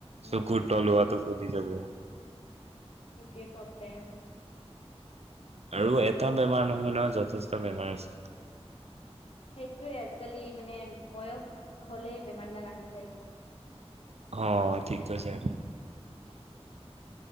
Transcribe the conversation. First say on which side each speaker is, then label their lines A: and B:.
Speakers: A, on the left; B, on the right.
A: উম
B: চকুুৰ তলুৱাটো। পতি যাব।
A: সেইটোৱে প্ৰবলেম।
B: আৰু এটা বেমাৰ নহয় নহয় যথেষ্ট বেমাৰ আছে।
A: সেইটোৱে আজিকালি মানে বয়স হলে বেমাৰ বিলাক আহি যায়।
B: অ' ঠিক আছে সেইটো।
A: <inaudible>